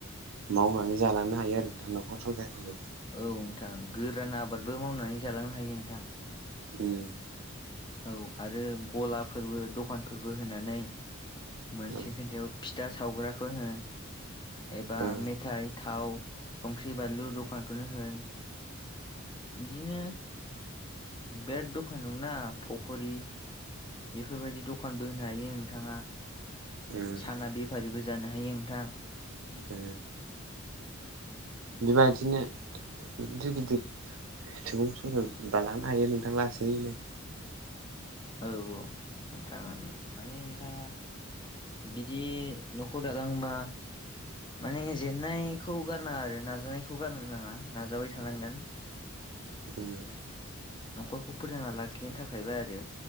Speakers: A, on the right (about 70°); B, on the left (about 20°).
A: मावनानै जालांनो हायो आरो नोंथां न'खर संसाफोरखौ।
B: औ नोंथां गोरान आबादबो मावनानै जालांनो हायो नोंथां।
A: उम।
B: औ आरो गलाफोरबो दखानफोरबो होनानै मोनसे
A: ओ
B: खोन्थायाव फिथा सावग्राखौ होन एबा
A: ओ
B: मेथाइ थाव संख्रि बानलु दखानखौनो होन बिदिनो बे दखान दंनवना पखरि बेफोरबायदि दखानबो होनो हायो नोंथाङा
A: ओ
B: साना बेफारिबो जानो हायो नोंथां।
A: ओ बेबायदिनो गिदिर गिदिर सुबुं संसार दालांनो हायो नोंथां लासैनो।
B: औ औ नोथां माने नोंथाङा बिदि न'खर दालांनोबा माने जेननायखौ गारनाङा आरो ना नाजानायखौ गारनो नाङा नाजाबाय थानांगोन।
A: ओम।
B: न'खरखौ फोथांना लाखिनो थाखायबा आरो